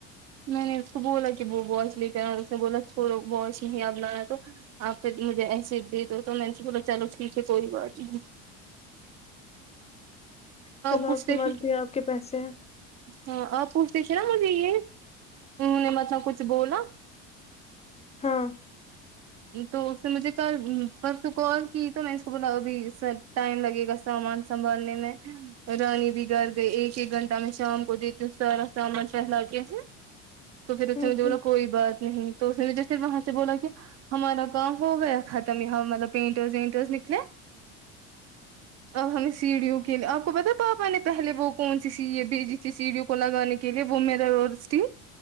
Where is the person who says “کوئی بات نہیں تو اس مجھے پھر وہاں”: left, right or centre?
Right